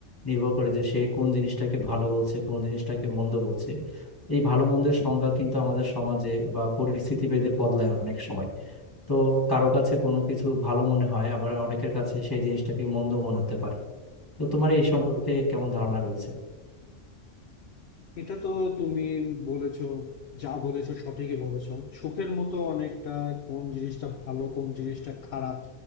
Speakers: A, on the left; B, on the left.
A: নির্ভর করে যে সে কোন জিনিসটাকে ভালো বলছে কোন জিনিসটাকে মন্দ বলছে এই ভালো মন্দের সংজ্ঞা কিন্তু আমাদের সমাজে বা পরিস্থিতি ভেদে বদলায় অনেক সময় তো কারো কাছে কোনো কিছু ভালো মনে হয় আবার অনেকের কাছে সেই জিনিসটাকে মন্দ মনে হতে পারে তো তোমার এই সম্পর্কে কেমন ধারণা রয়েছে
B: এটা তো তুমি বলেছো যা বলেছো সঠিকই বলেছো সুখের মতো অনেকটা কোন জিনিসটা ভালো কোন জিনিসটা খারাপ